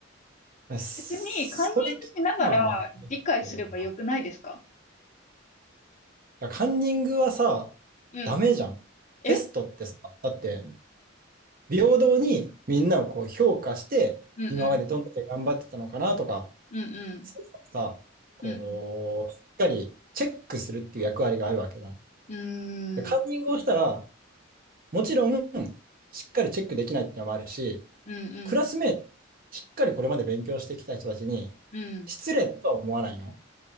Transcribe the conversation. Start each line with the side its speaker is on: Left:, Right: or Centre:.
Right: それ聞くのは間違ってるよな。
Left: 別に、カンニングしながら理解すればよくないですか
Right: いやカンニングはさ、
Left: うん
Right: ダメじゃん。
Left: え
Right: テストってさ、だって、平等にみんなをこう評価して、
Left: うん
Right: 今までどんだけ頑張ってたのかなとか、
Left: うん、うん
Right: そういうのをさ、こう、
Left: うん、うん
Right: しっかりチェックするっていう役割があるわけじゃん。
Left: うん、
Right: でカンニングをしたら、
Left: うん、
Right: もちろん、しっかりチェックできないっていうのもあるし、
Left: うんうん、
Right: クラスメート、しっかりこれまで勉強してきた人たちに、
Left: うん。
Right: 失礼だとは思わないの